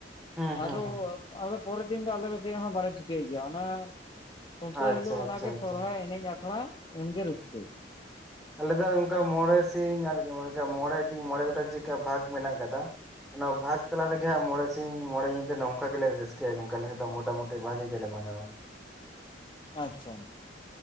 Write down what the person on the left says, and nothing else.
ᱟᱫᱚ
ᱟᱫᱚ ᱯᱚᱨᱮᱨ ᱫᱤᱱ ᱫᱚ ᱟᱞᱮ ᱫᱚ ᱪᱮᱫ ᱦᱚᱸ ᱵᱟᱞᱮ ᱪᱤᱠᱟᱹᱭ ᱜᱮᱭᱟ ᱚᱱᱮ ᱠᱷᱩᱱᱴᱟᱹᱣ
ᱦᱤᱞᱳᱜ ᱚᱱᱟᱜᱮ
ᱥᱚᱨᱦᱟᱭ ᱮᱱᱮᱡ ᱟᱠᱷᱲᱟ ᱩᱱᱜᱮ ᱨᱟᱹᱥᱠᱟᱹ᱾
ᱟᱪᱪᱷᱟ